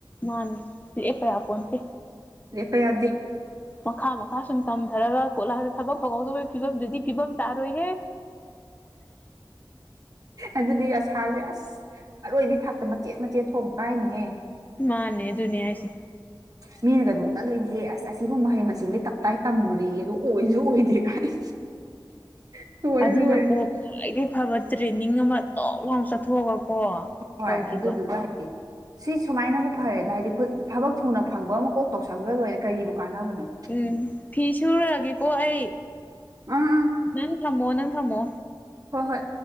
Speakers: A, on the left; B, on the right.
A: ꯃꯥꯅꯦ ꯂꯦꯞꯄ ꯌꯥꯄꯣꯟꯇꯦ
B: ꯂꯦꯞꯄ ꯌꯥꯗꯦ
A: ꯃꯈꯥ ꯃꯈꯥ ꯁꯨꯝ ꯇꯝꯊꯔꯒ ꯀꯣ ꯂꯥꯁꯗ ꯊꯕꯛ ꯐꯪꯍꯧꯗꯕꯒꯤ ꯐꯤꯕꯝꯗꯨꯗꯤ ꯐꯤꯕꯝ ꯇꯥꯔꯣꯏꯍꯦ
B: ꯑꯗꯨꯗꯤ ꯑꯁꯥꯁꯦ ꯑꯁ ꯑꯔꯣꯏꯕꯤ ꯊꯥꯛꯇ ꯃꯆꯦꯠ ꯃꯆꯦꯠ ꯊꯣꯛꯅ ꯀꯥꯏꯅꯤꯍꯦ
A: ꯃꯥꯅꯦ ꯑꯗꯨꯨꯅꯦ ꯍꯥꯏꯁꯦ
B: ꯃꯤꯅꯒ ꯅꯣꯛꯅꯗꯣꯏꯅꯦꯍꯦ ꯑꯁ ꯑꯁꯤꯕꯨ ꯃꯍꯩ ꯃꯁꯤꯡꯗꯤ ꯇꯞꯇꯥꯏ ꯇꯝꯃꯨꯔꯦꯌꯦ ꯑꯗꯨ ꯑꯣꯏꯁꯨ ꯑꯣꯏꯗꯦ ꯀꯥꯏ <unintelligible>
A: ꯑꯗꯨꯅꯀꯣ
B: ꯂꯣꯏꯔꯦ
A: ꯈ꯭ꯋꯥꯏꯗꯒꯤ ꯐꯕ ꯇ꯭ꯔꯦꯟꯅꯤꯡ ꯑꯃ ꯇꯣꯛ ꯂꯥꯎꯅ ꯆꯠꯊꯣꯛꯑꯒ ꯀꯣ
B: ꯍꯣꯏ
A: ꯇꯧꯒꯤꯕ
B: <unintelligible> ꯁꯤ ꯁꯨꯃꯥꯏꯅꯕꯨ ꯐꯔꯦꯗ ꯍꯥꯏꯗꯤ ꯈꯨꯠ ꯊꯕꯛ ꯊꯨꯅ ꯐꯪꯕ ꯑꯃ ꯀꯣꯛ ꯇꯧꯁꯟꯒ꯭ꯔ ꯂꯣꯏꯔꯦ ꯀꯔꯤꯕꯨ ꯀꯥꯟꯅꯕꯅꯣ
A: ꯎꯝ ꯐꯤ ꯁꯨꯔꯨꯔꯒꯦꯀꯣ ꯑꯩ
B: ꯎꯝ ꯎꯝ
A: ꯅꯪ ꯊꯝꯃꯣ ꯅꯪ ꯊꯝꯃꯣ
B: ꯍꯣꯏ ꯍꯣꯏ